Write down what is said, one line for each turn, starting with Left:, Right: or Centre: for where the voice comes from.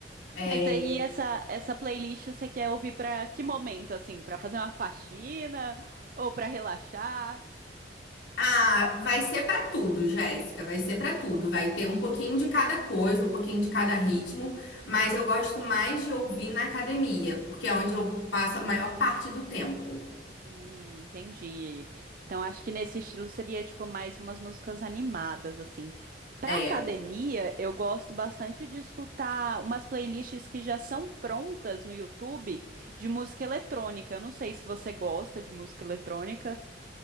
Left: É,
Right: Mas aí essa essa playlist você quer ouvir pra que momento assim? Pra fazer uma faxina ou pra relaxar?
Left: Ah, vai ser pra tudo, Jéssica, vai ser pra tudo. Vai ter um pouquinho de cada coisa, um pouquinho de cada ritmo, mas eu gosto mais de ouvir na academia, porque é onde eu passo a maior parte do tempo.
Right: Hum, entendi. Então acho que nesse estilo seria tipo mais umas músicas animadas assim. Pra
Left: É.
Right: academia, eu gosto bastante de escutar umas playlists que já são prontas no YouTube de música eletrônica. Eu não sei se você gosta de música eletrônica.